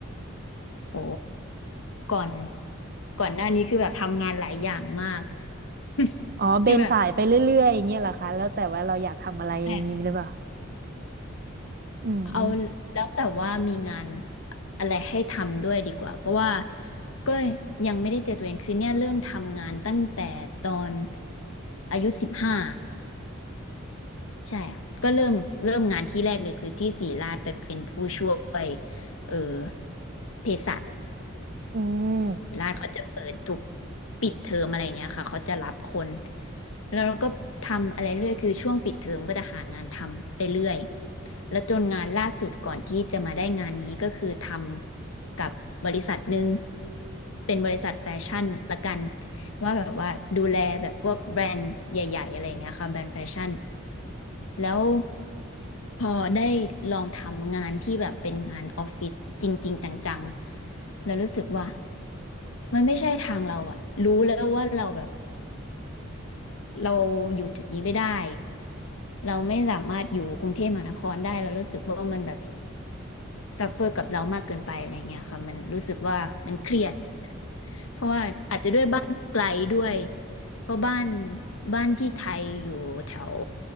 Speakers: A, on the left (about 85°); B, on the right (about 45°).
A: โอ้ก่อนก่อนหน้านี้คือแบบทำงานหลายอย่างมาก <laughs>
B: อ๋อเบนสายไปเรื่อยๆอย่างเงี้ยเหรอคะแล้วแต่ว่าเราอยากทำอะไรอย่างนี้หรือเปล่า
A: คือแบบใช่ค่ะ
B: อืมอืม
A: เอาแล้วแต่ว่ามีงานอะไรให้ทำด้วยดีกว่าเพราะว่าก็ยังไม่ได้เจอตัวเองคือเนี่ยเริ่มทำงานตั้งแต่ตอนอายุสิบห้า ใช่ค่ะก็เริ่มเริ่มงานที่แรกเลยคือที่ศิริราชไปเป็นผู้ช่วยเออเภสัช
B: อืม
A: ศิริราชเขาจะเปิดทุกปิดเทอมอะไรเงี้ยค่ะเขาจะรับคนแล้วเราก็ทำอะไรเรื่อยคือช่วงปิดเทอมก็จะหางานทำไปเรื่อยแล้วจนงานล่าสุดก่อนที่จะมาได้งานนี้ก็คือทำกับบริษัทหนึ่งเป็นบริษัทแฟชั่นละกันว่าแบบว่าดูแลแบบพวกแบรนด์ใหญ่ๆอะไรเงี้ยค่ะแบรนด์แฟชั่น แล้วพอได้ลองทำงานที่แบบเป็นงานออฟฟิศจริงๆจังๆแล้วรู้สึกว่ามันไม่ใช่ทางเราอะรู้แล้วว่าเราแบบเราอยู่จุดนี้ไม่ได้เราไม่สามารถอยู่กรุงเทพมหานครได้เรารู้สึกว่ามันแบบซัฟเฟอร์กับเรามากเกินไปอะไรเงี้ยค่ะมันรู้สึกว่ามันเครียดเพราะว่าอาจจะด้วยบ้านไกลด้วยเพราะบ้านบ้านที่ไทยอยู่แถว